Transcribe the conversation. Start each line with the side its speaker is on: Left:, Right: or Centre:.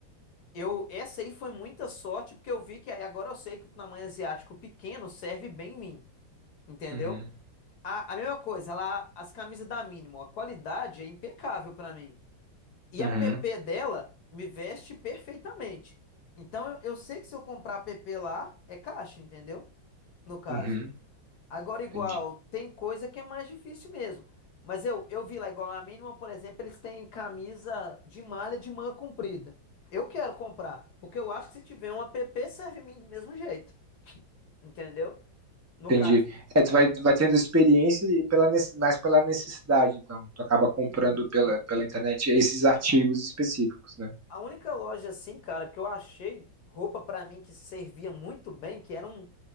Left: Eu, essa aí foi muita sorte porque eu vi que aí agora eu sei que o tamanho asiático pequeno serve bem em mim, entendeu?
Right: Uhum,
Left: A, a mesma coisa, lá as camisas da Mínimo, a qualidade é impecável pra mim. E
Right: uhum,
Left: a PP dela me veste perfeitamente. Então eu, eu sei que se eu comprar a PP lá, é caixa, entendeu? No caso.
Right: uhum,
Left: Agora, igual,
Right: entendi.
Left: tem coisa que é mais difícil mesmo. Mas eu, eu vi lá, igual na mínima, por exemplo, eles têm camisa de malha de manga comprida. Eu quero comprar, porque eu acho que se tiver um app, serve em mim do mesmo jeito. Entendeu? No
Right: Entendi.
Left: caso,
Right: É, tu vai, vai tendo experiência e pela, nece- mais pela necessidade, então. Tu acaba comprando
Left: Sim,
Right: pela,
Left: sim.
Right: pela internet esses artigos específicos, né?
Left: a única loja assim, cara, que eu achei roupa pra mim que servia muito bem, que era um,